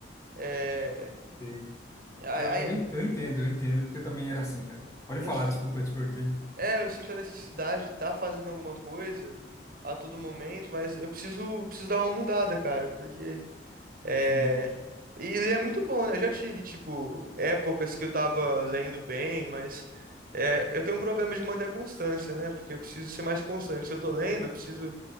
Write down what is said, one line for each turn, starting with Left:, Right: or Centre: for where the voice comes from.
Right: É,
Left: sei.
Right: aí,
Left: Não, eu,
Right: aí
Left: en- eu entendo, eu entendo, porque eu também era assim, cara. Pode
Right: eu,
Left: falar,
Right: si,
Left: desculpa, eu te cortei.
Right: É, eu sinto a necessidade de estar fazendo alguma coisa a todo momento, mas eu preciso, preciso dar uma mudada, cara, porque é.
Left: Sim.
Right: E ler é muito bom, né? Eu já tive, tipo, épocas que eu tava lendo bem, mas é, eu tenho um problema de manter a constância, né? Porque eu preciso ser mais constante. Se eu tô lendo, eu preciso